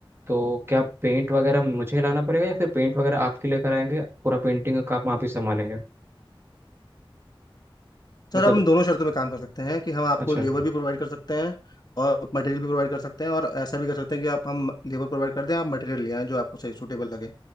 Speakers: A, on the right (about 25°); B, on the left (about 50°).
A: तो क्या पेंट वगैरह मुझे लाना पड़ेगा या फिर पेंट वगैरह आपके लिए कराएंगे पूरा पेंटिंग का आप वहाँ पे संभालेंगे
B: सर
A: मतलब
B: हम दोनों शर्तों में काम कर सकते हैं कि हम आपको
A: अच्छा
B: लेबर भी प्रोवाइड कर सकते हैं और मटेरियल भी प्रोवाइड कर सकते हैं और ऐसा भी कर सकते हैं कि आप हम लेबर प्रोवाइड कर दें आप मटेरियल ले आएं जो आपको सही सूटेबल लगे